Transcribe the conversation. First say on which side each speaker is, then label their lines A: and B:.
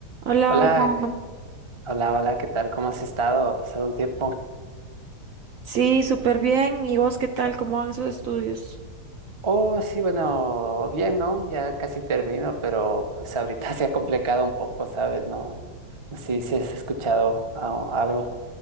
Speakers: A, on the right; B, on the right.
A: Hola,
B: Hola,
A: hola.
B: hola, hola, ¿qué tal? ¿Cómo has estado? Ha pasado un tiempo.
A: Sí, súper bien. ¿Y vos qué tal? ¿Cómo van sus estudios?
B: Oh, sí, bueno, bien, ¿no? Ya casi termino, pero pues ahorita <laughs> se ha complicado un poco, ¿sabes? ¿No? No sé si has escuchado a- algo.